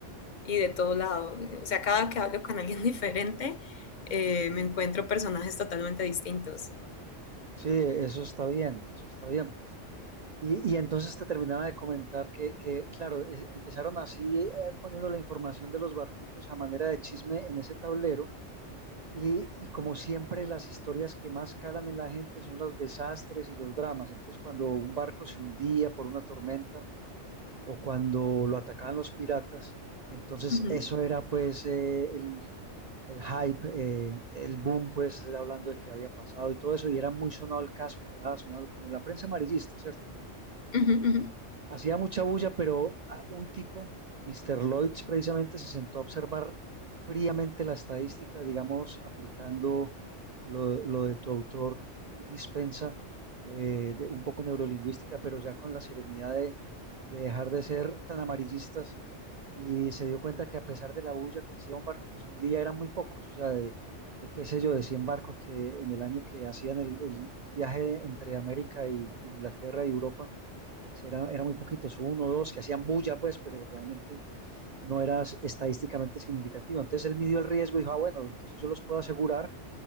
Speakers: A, on the left; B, on the right.
A: y de todo lado. O sea, cada que hablo con alguien <laughs> diferente, eh, me encuentro personajes totalmente distintos.
B: Sí, eso está bien, eso está bien. Y, y entonces te terminaba de comentar que, que, claro, es- empezaron así eh, poniendo la información de los barquitos a manera de chisme en ese tablero y, y como siempre las historias que más calan en la gente son los desastres y los dramas. Entonces cuando un barco se hundía por una tormenta o cuando lo atacaban los piratas, entonces
A: Ujú,
B: eso era pues eh, el, el hype, eh, el boom pues hablando de que había pasado y todo eso y era muy sonado el caso, quedaba sonado como en la prensa amarillista, ¿cierto?
A: ujú, ujú.
B: Hacía mucha bulla, pero ah, un tipo, Mister Lloyds, precisamente se sentó a observar fríamente la estadística, digamos, aplicando lo, lo de tu autor dispensa, eh, de- un poco neurolingüística, pero ya con la serenidad de, de dejar de ser tan amarillistas y se dio cuenta que a pesar de la bulla que hacía un barco que se hundía, eran muy pocos, o sea, de, de qué sé yo, de 100 barcos que en el año que hacían el, el- el viaje entre América y y Inglaterra y Europa era, era muy poquitos, uno o dos que hacían bulla, pues, pero realmente no era estadísticamente significativo. Entonces él midió el riesgo y dijo, ah, bueno, entonces yo los puedo asegurar